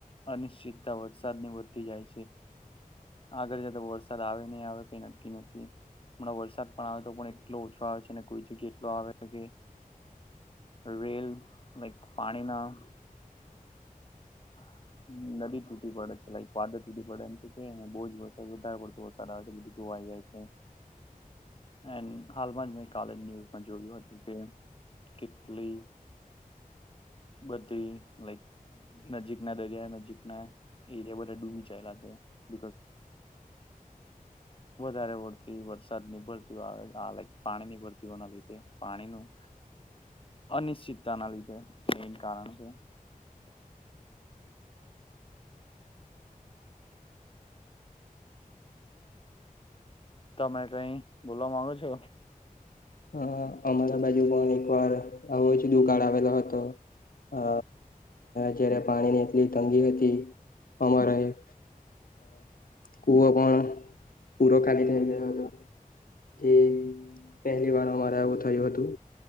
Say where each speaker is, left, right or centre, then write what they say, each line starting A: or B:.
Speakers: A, on the left; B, on the left.
A: અનિશ્ચિતતા વરસાદ ની વધતી જાય છે આગળ જતા વરસાદ આવે નહી આવે કઈ નક્કી નથી હમણા વરસાદ પણ આવે તો પણ એટલો ઓછો આવે છે અને કોઈ જગ્યા એટલો આવે કે રેલ પાણીના હ નદી તૂટી પડે છે લક વાદ તૂટી પડે એમ કે કેને બોજ વરસાદ વધારે પડતો તો સારા બધું ધોવાઈ જાય છે હમ હાલમાં મે કલેજ ન્યુઝ જોયું હતું કે કેટલી બધી લાઈક નજીક ના દરિયા નજીક ના એરિયા બધા ડૂબી ચલા છે બ ઓ વધારે વતી વરસાદ ની ભરતી આવે આ લક પાણીની ભરતી હોના લીધે પાણીનું અનિશ્ચિતતાના લીધે એન કારણ છે તમે કઈ બોલવા માંગો છો
B: અ અમારા બાજુ પણ એકવાર આવો જ દુકાળ આવેલો હતો અ જયારે પાણીની એટલી તંગી હતી અમારા એક કૂવ પણ પૂરો ખાલી થઈ ગયો હતો જે પહેલી વાર અમારે એવું થયું હતું